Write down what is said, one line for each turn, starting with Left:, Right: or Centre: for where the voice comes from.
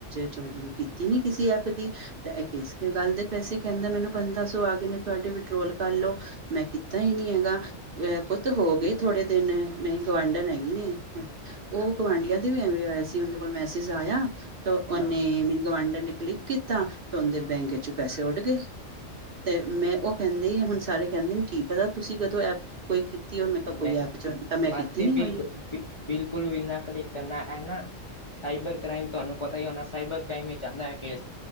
Right: ਚੋਰੀ ਕੀਤੀ ਨੀ ਕਿਸੇ ਐਪ ਦੀ। ਏ ਗੱਲ ਦੇ ਪੈਸੇ ਕਹਿੰਦਾ ਮੈਨੂੰ ਪੰਦਰਾਂ ਸੌ ਆ ਗਏ ਨੇ ਤੁਹਾਡੇ ਵਿਡੋਲ ਕਰ ਲੋ। ਮੈਂ ਕੀਤਾ ਹੀ ਨਹੀਂ ਹੈਗਾ। ਪੁੱਤ ਹੋ ਗਏ ਥੋੜੇ ਦਿਨ ਮੇਰੀ ਗੁਵਾਂਢਨ ਹੈਗੇ। ਉਹ ਗਵਢੀਆਂ ਦੇ ਵੀ ਐਵੇਂ ਹੋਇਆ ਸੀ ਉਹਦੇ ਕੋਲ ਮੈਸੇਜ ਆਇਆ। ਤਾਂ
Left: ਅੱਛਾ
Right: ਉਹਓਨੇ ਮੇਰੇ ਗਵਾਂਢਰ ਨੇ ਕਲਿੱਕ ਕੀਤਾ, ਤੇ ਉਹਦੇ ਬੈਂਕ ਵਿੱਚ ਪੈਸੇ ਉੱਡ ਗਏ। ਤੇ ਮੈਂ ਉਹ ਕਹਿੰਦੇ ਹੁਣ ਸਾਰੇ ਕਹਿੰਦੇ ਨੇ ਕੀ ਪਤਾ ਤੁਸੀਂ ਕਦੋਂ ਐਪ ਕੋਈ ਕੀਤੀ ਮੈਂ ਤਾਂ
Left: ਨਹੀਂ
Right: ਕੋਈ ਐਪ ਜੁਆਇਨ ਤਾਂ ਮੈਂ
Left: ਮਾਸੀ
Right: ਕੀਤੀ ਨੀ
Left: ਬਿਲਕੁਲ
Right: ਹੋਈ।
Left: ਬਿਲਕੁਲ ਵੀ ਇੰਨਾ ਕਲਿੱਕ ਕਰਨਾ ਹੈ ਨਾ। ਸਾਈਬਰ ਕ੍ਰਾਈਮ ਤੁਹਾਨੂੰ ਪਤਾ ਹੀ ਹੋਣਾ, ਸਾਈਬਰ ਕ੍ਰਾਈਮ ਹੀ ਚਾਹੁੰਦਾ ਹੈ ਕੇਸ।